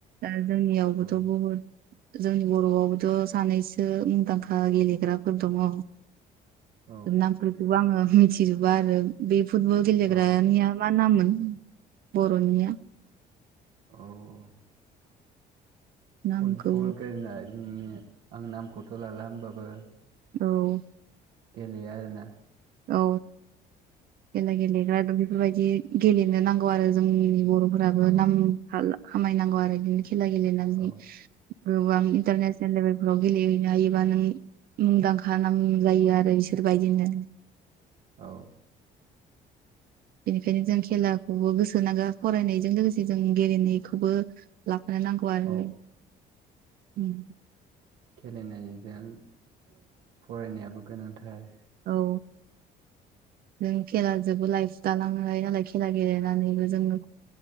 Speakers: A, on the right; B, on the right.
A: दा जोंनियावबोथ'
B: औ
A: बहुद जोंनि बर'आवबोथ' सानैसो मुंदांखा गेलेग्राफोर दङ।
B: औ
A: नामफोरखौबो आङो मिथिजोबा आरो बे फुटबल गेलेग्रानिया
B: औ
A: मा नामोन बर'निया
B: औ
A: नामखौ
B: फुटबल गेलेनायनि आं नामखौथ' लाला होमबाबो
A: औ।
B: गेलेयो आरोना।
A: औ खेला गेलेग्रा बि बेफोरबायदि गेलेनो नांगौ आरो जोंनि बर'फोराबो
B: औ
A: नाम खाला-खामायनांगौ आरो बिदिनो खेला गेलेनानै
B: औ
A: गोबां इनतायनेसनेल लेबेल फोराव गेलेहैनो हायोबा नों मुंदांखा नाम जायो आरो बिसोर बायदिनो
B: औ।
A: बेनिखायनो जों खेलाखौबो गोसो होनांगो फरायनायजों लोगोसे जों गेलेनायखौबो ला फा नांगौ आरो
B: औ
A: उम उम
B: खेलेनायजों फरायनायाबो गोनांथार
A: औ नों खेला जोबो लाइफ दालाङो हायो नालाय खेला गेलेनानैबो जोंङो